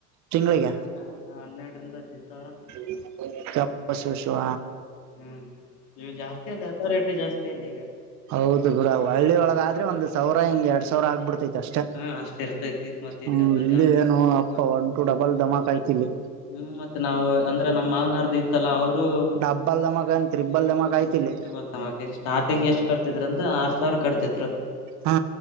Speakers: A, on the right; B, on the left.
A: ತಿಂಗಳಿಗೆ
B: ಈ ಹದ ಹನ್ನೆರಡರಿಂದ ಹದಿನೈದು ಸಾವಿರ
A: <unintelligible> ಪಸು ಶುವ
B: ಹ್ಮ್ ನೀವು ಜಾಸ್ತಿ ಅಲ್ಲ ಎಲ್ಲಾ ರೇಟ ಜಾಸ್ತಿ ಅಲ್ಲಿ ಈಗ
A: ಹೌದು ಗುರ ಹಳ್ಳಿೊಳಗಾದ್ರೆ
B: ಹ್ಮ್
A: ಒಂದು ಸಾವಿರ ಹಿಂಗ ಎರಡ್ ಸಾವಿರ ಆಗ್ಬಿಡ್ತೈತಿ ಅಷ್ಟು
B: ಹಾ ಅಷ್ಟ್ ಇರ್ತೈತಿ ಇಲ್ ಮತ್ತೆ
A: ಹ್ಮ
B: ಇಲ್ಲೆಲ್ಲಾ
A: ಇಲ್ಲಿ
B: ಜಾಸ್ತಿ
A: ಏನು
B: ಅಲ್ಲತ್ತೈತಿ
A: ಅಪ್ಪ ಒಂಟು ಡಬಲ್ ದಮಾಕ್ ಯ್ತಿಲ್ಲಿ
B: ಹ್ಮ್ ಮತ್ತ ನವು ಅಂದ್ರ ನಮ್ ಮಾವನರ್್ದ ಇ ಲ್ಲ ಅವರು
A: ಡಬ್ಬಲ್ ಧಮಾಕ್ ಏನ್ ತ್ರಿಬಲ್ ಧಮಾಕ್ ಆಯ್ತಿ
B: ಹ
A: ಇಲ್ಲಿ
B: ಹಮೆಕೆ ಇಲ್ಲಿ ಸ್ಟಾರ್ಟಿಂಗ್ ಎಷ್ಟ್ ಕಟ್ತಿದ್ರು ಅಂದ್ರ ಆರ್ ಸಾವಿರ ಕಟ್ತಿದ್ರು
A: ಹಾ